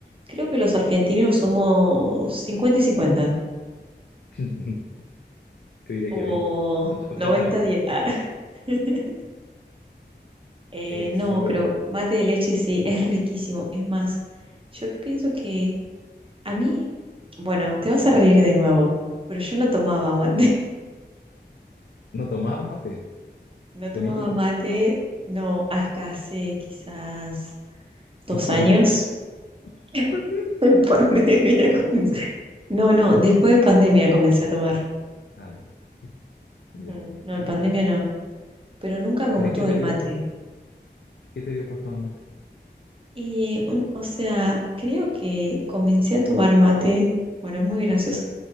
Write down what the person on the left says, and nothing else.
<laughs> Yo diría
que 20, och- 80-20.
Eh,
sí, pero
no tomabas mate
de ninguno.
En pandemia.
<laughs>
Pandemia.
Ay, ya.
Ah,
está bien.
¿Pero
y qué te
dio?
¿Qué te dio por tomar mate?